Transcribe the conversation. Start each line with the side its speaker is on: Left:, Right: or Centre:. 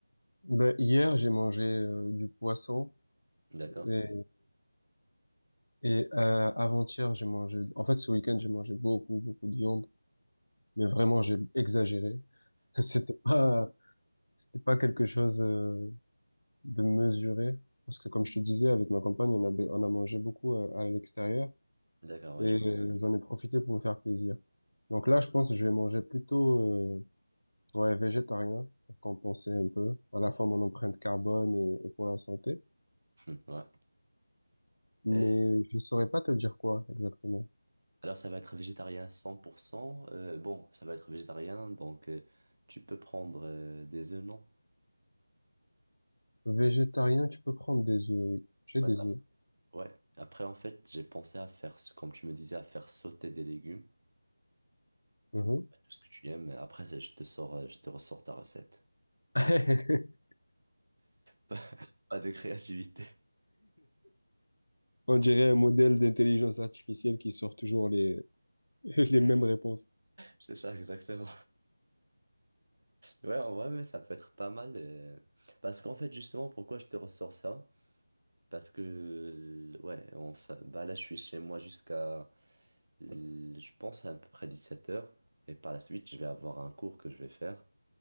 Left: Ben, hier, j'ai mangé euh, du poisson,
Right: D'accord?
Left: et, et euh, avant-hier, j'ai mangé... En fait, ce week-end, j'ai mangé beaucoup, beaucoup de viande, mais vraiment, j'ai exagéré. <laughs> C'était pas, c'était pas quelque chose euh, de mesuré, parce que, comme je te disais, avec ma compagne, on a, on a mangé beaucoup euh, à l'extérieur.
Right: D'accord, ouais,
Left: et
Right: je vois.
Left: euh, j'en ai profité pour me faire plaisir. Donc là, je pense que je vais manger plutôt euh, ouais, végétarien pour compenser un peu, à la fois mon empreinte carbone et, et pour la santé.
Right: Hum, Ouais.
Left: Mais
Right: Et
Left: je saurais pas te dire quoi exactement.
Right: alors, ça va être végétarien 100%. Euh, bon, ça va être végétarien, donc euh, tu peux prendre euh, des œufs, non?
Left: Végétarien, tu peux prendre des œufs, oui. J'ai
Right: Ouais,
Left: des
Right: parce-
Left: œufs.
Right: ouais. Après, en fait, j'ai pensé à faire, comme tu me disais, à faire sauter des légumes,
Left: Mhm.
Right: tout ce que tu aimes. mais Après, je te sors, euh, je te ressors ta recette.
Left: <laughs>
Right: Pas pas de créativité.
Left: On dirait un modèle d'intelligence artificielle qui sort toujours les, <laughs> les mêmes réponses.
Right: C'est ça, exactement. Ouais, en vrai, mais ça peut être pas mal. euh, Parce qu'en fait, justement, pourquoi je te ressors ça? Parce que, euh, ouais, enfin, bah là, je suis chez moi jusqu'à, euh, je pense, à peu près 17 heures Et par la suite, je vais avoir un cours que je vais faire.